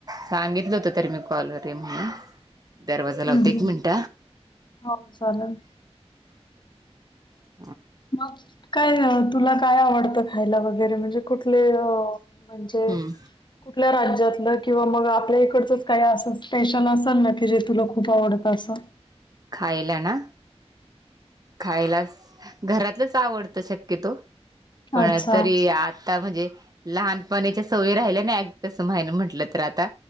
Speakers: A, on the right; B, on the left.
A: सांगितलं होत तरी मी कॉलवर म्हणून दरवाजा लावता
B: हम्म.
A: एक मिनिट
B: हो चालेल
A: ह
B: मग काय तुला काय आवडतं खायला वगैरे म्हणजे कुठले र म्हणजे.
A: हम्म
B: कुठल्या राज्यातलं किंवा मग आपल्या इकडचंच काही असं स्पेशल असेल ना की जे तुला खूप आवडत असं.
A: खायला ना. खायलाच घरातलंच आवडतं शक्यतो. पण
B: अच्छा
A: तरी आता म्हणजे. लहानपणाच्या सवयी राहिल्या नाय कसं म्हण म्हंटलं तर आता.